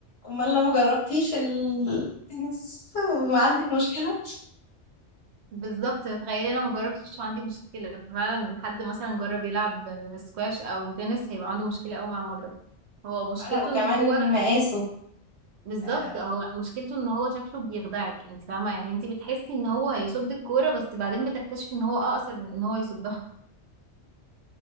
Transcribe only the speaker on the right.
بالظبط تخيلي انا ما جربتش عندي مشكله فعلا حد مثلا جرب يلعب سكواش او تنس هيبقى عنده مشكله قوي مع المضرب هو مشكلته
ان هو
بالظبط
هو مشكلته ان هو شكله بيخدعك انت فاهمه يعني انت بتحسي ان هو هيصد الكوره بس بعدين بتكتشفي ان هو اقصر من ان هو يصدها